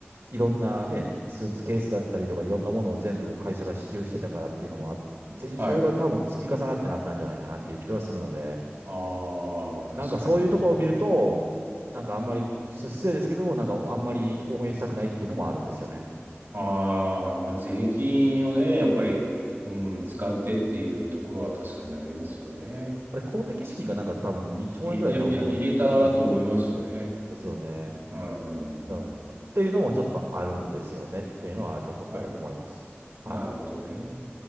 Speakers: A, on the right; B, on the right.
A: いろんなね、スーツケースだったりとかいろんなものを全部会社が支給してたからっていうのもあってぜそれが多分積み重なってなったんじゃないかなっていう気はするので、
B: はい。ああ、確かにね。
A: なんかそういうところを見ると、なんかあんまり、失礼ですけども、なんかあんまり応援したくないっていうのもあるんですよね。
B: ああ、まあ、税金をね、やっぱり、うん、使ってっていうところは確かにありますよね。
A: あれ公的資金がなんか多分2兆円ぐらい多分投資やってるんですよね。
B: い、いや、いや、入れたと思いますよね。
A: ですよね。っ
B: うんうんうん
A: たっていうのもちょっとあるんですよねっていうのはちょっとこう思います。
B: はい。なるほどね。
A: はい。